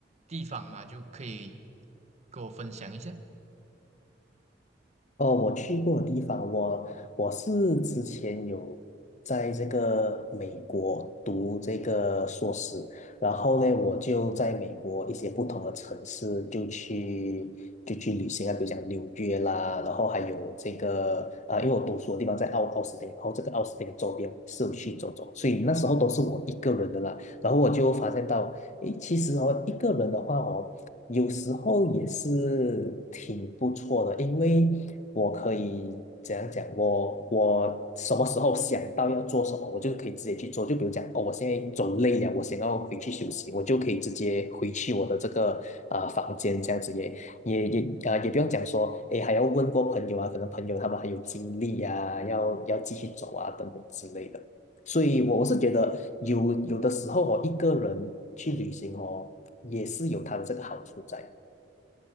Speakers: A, on the right (about 40°); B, on the left (about 40°).
A: 地方吗？就可以跟我分享一下。
B: 哦，我去过的地方，我我是之前有在这个美国读这个硕士，然后呢，我就在美国一些不同的城市就去就去旅行啊，比如讲纽约啦，然后还有这个啊、因为我读书的地方在奥奥斯汀，然后这个奥斯汀的周边我也是有去走走，所以那时候都是我一个人的啦，然后我就发现到，诶，其实哦，一个人的话哦。有时候也是挺不错的，因为我可以怎样讲？我我什么时候想到要做什么，我就可以直接去做。就比如讲，哦，我现在走累了，我想要回去休息，我就可以直接回去我的这个呃房间，这样子也也也啊、呃也不用讲说，哎，还要问过朋友啊，可能朋友他们还有精力啊，要要继续走啊等等之类的。所以，我我是觉得有有的时候我哦一个人去旅行哦，也是有它的这个好处在。